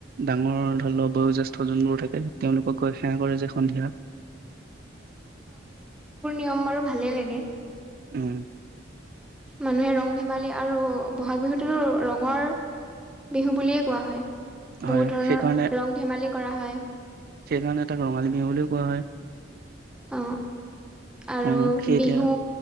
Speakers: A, on the right; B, in the centre.
A: ডাঙৰ ধৰি ল বয়ো্যেষ্ঠ যোনবোৰ থাকে তেওঁলোকৰ কৈ সেৱা কৰে যে সন্ধিয়া
B: খম বাৰু ভালেই লাগে
A: উম
B: মানুহে ৰং ধেমালি আৰু বহাগ বিহুটোতো ৰঙৰ বিহু বুলিয়েই কোৱা হয়
A: হয়
B: বহুত ধৰণৰ
A: সেইকাৰণে
B: ৰং ধেমালি কৰা হয়
A: সেইকাৰণে তাক ৰঙালী বিহু বুলিও কোৱা হয়।
B: অ, আৰু
A: অ সেই
B: বিহু
A: এতিয়া